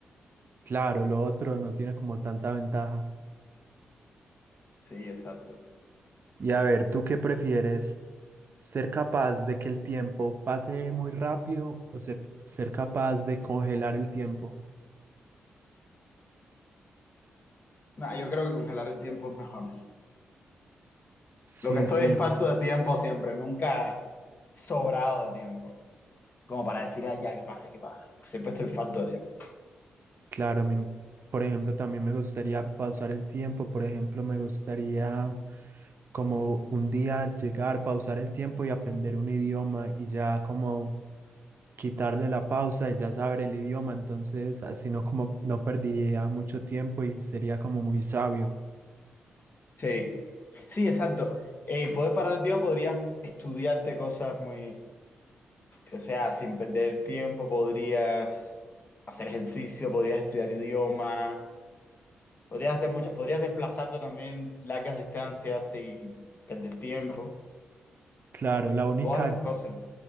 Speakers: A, on the right; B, on the left.
A: claro, lo otro no tiene como tanta ventaja.
B: Sí, exacto.
A: Y a ver, ¿tú qué prefieres? ¿Ser capaz de que el tiempo pase muy rápido o se- ser capaz de congelar el tiempo?
B: No, yo creo que congelar el tiempo es mejor.
A: Sí,
B: Lo que estoy
A: sí,
B: es falto de tiempo siempre. Nunca sobrado de tiempo. Como para decir, ah, ya, que pase, que pase. Siempre estoy falto de tiempo.
A: claro, a mí, por ejemplo, también me gustaría pausar el tiempo, por ejemplo, me gustaría como un día llegar, pausar el tiempo y aprender un idioma y ya como quitarle la pausa y ya saber el idioma, entonces así no como no perdería mucho tiempo y sería como muy sabio.
B: Sí. Sí, exacto. Eh, Y poder parar el tiempo podrías estudiarte cosas muy O sea, sin perder tiempo podrías hacer ejercicio, podrías estudiar idioma, podrías hacer muchas, podrías desplazarte también largas distancias sin perder tiempo,
A: Claro, la única
B: todas esas cosas.